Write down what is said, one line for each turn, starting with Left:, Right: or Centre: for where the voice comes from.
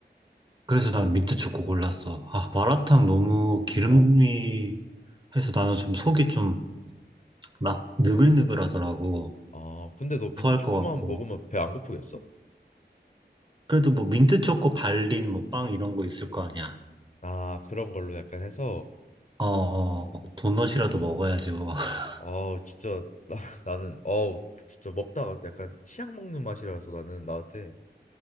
Right: 그래서 난 민트 초코 골랐어. 아, 마라탕
Left: 어.
Right: 너무 기름이
Left: 어.
Right: 해서 나는 좀 속이 좀 막 느글느글하더라고.
Left: 아, 근데 너 민트
Right: 토할
Left: 초코만
Right: 것 같고.
Left: 먹으면 배 안 고프겠어?
Right: 그래도 뭐 민트 초코 발린 뭐 빵 이런 거 있을 거 아니야.
Left: 아, 그런 걸로 약간 해서
Right: 어, 어,
Left: 어,
Right: 막 도넛이라도 먹어야지 뭐. <laughs>
Left: 아 진짜 <laughs> 나, 나는 어 진짜 먹다가 약간 치약 먹는 맛이라서 나는 나한테